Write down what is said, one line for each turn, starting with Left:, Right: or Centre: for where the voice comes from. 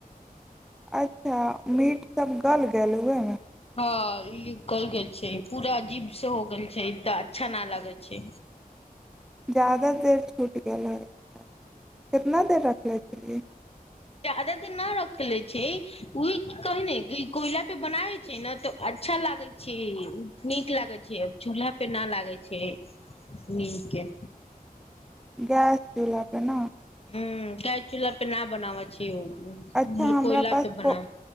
Centre: अच्छा मीट सब गल गेल उहमे
Left: ह ई कहल गेल छै पूरा अजीब से हो गेल छै तऽ अच्छा न लागै छै
Centre: <inaudible> जादा देर छूट गेल है कितना देर रखनले छियै
Left: जाद देर नहि रखले छै ओ कहै ने कि कोयला पे बनाबे छै ने तऽ आज अच्छा लागे छै नीक लागे छै चूल्हा पे न लागे छै नीके
Centre: गैस देलक है न
Left: ह्म तै चूल्हा पे न बनावै छै उ
Centre: अच्छा हमरा
Left: कोयला
Centre: पास
Left: पे बनाव
Centre: को